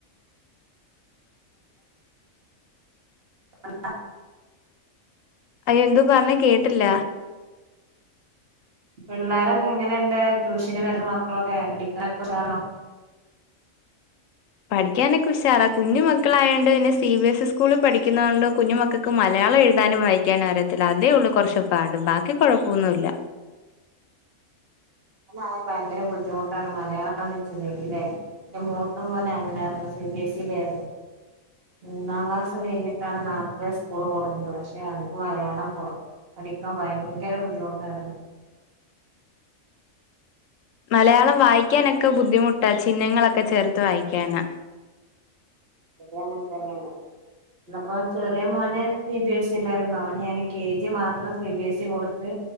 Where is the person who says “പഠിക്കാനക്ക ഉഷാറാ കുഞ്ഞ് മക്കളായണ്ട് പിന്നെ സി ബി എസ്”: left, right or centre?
Left